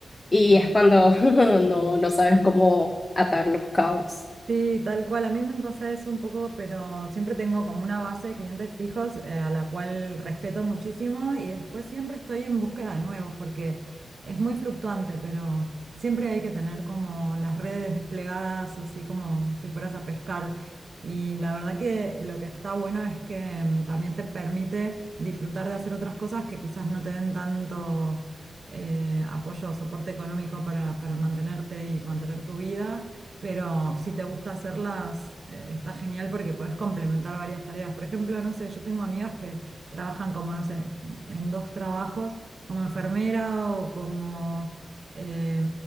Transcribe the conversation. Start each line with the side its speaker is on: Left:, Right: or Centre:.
Left: y es cuando <laughs> no, no sabes cómo atar los cabos.
Right: Sí, tal cual. A mí me pasa eso un poco, pero siempre tengo como una base de clientes fijos eh, a la cual respeto muchísimo y después siempre estoy en búsqueda de nuevos porque es muy fluctuante, pero siempre hay que tener como las redes desplegadas, así como si fueras a pescar. Y la verdad que lo que está bueno es que mm, también te permite disfrutar de hacer otras cosas que quizás no te den tanto eh, apoyo o soporte económico para, para mantenerte y mantener tu vida. Pero si te gusta hacerlas, eh, está genial porque podés complementar varias tareas. Por ejemplo, no sé, yo tengo amigas que trabajan como, no sé, en dos trabajos, como enfermera o como eh,